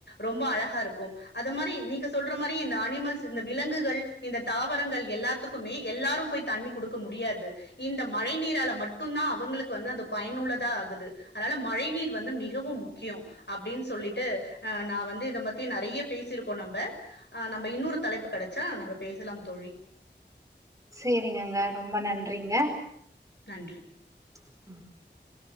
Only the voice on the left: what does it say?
ரொம்ப அழகா இருக்கூ அந்த மாரி நீங்க சொல்ற மாரி இந்த அனிமல்ஸ் இந்த விலங்குகள் இந்த தாவரங்கள் எல்லாத்துக்குமே எல்லாரும் போய் தண்ணி குடுக்க முடியாது இந்த மழை நீரால மட்டும்தான் அவங்களுக்கு வந்து அந்த பயனுள்ளதா ஆகுது அதால மழை நீர் வந்து மிகவும் முக்கியம் அப்படின்னு சொல்லிட்டு அஹ் நான் வந்து இத மத்தி நறைய பேசிருக்கோம் நம்ப ஆ நம்ப இன்னொரு தலைப்பு கெடச்சா நம்ம பேசலாம் தோழி
நன்றி